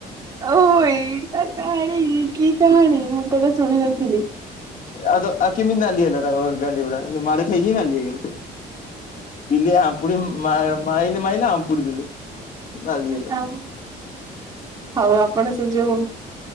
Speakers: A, on the right; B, on the left.
A: ଓହୋ ଏଇଟା। କାହାଣୀ କି କାହାଣୀ ମୁଁ ତ ଏଇଟା ଶୁଣି ନଥିଲି।
B: ଆଉ ତ ଆଉ କେମିତି ନାଲି ହେଲା ତାଙ୍କ ଗାଣ୍ଡି ଗୁଡ଼ା ମାଡ ଖାଇକି ନାଲି ହେଇ ଗଲା ବିଲେଇ ଆମ ପୁଣି ମା ମାଇଲେ ମାଇଲେ ଆମ୍ପୁଡ଼ି ଦେଲେ। ନାଲି ହେଲା।
A: ହଉ ଆଉ। ଆପଣ ସେ ଯୋଉ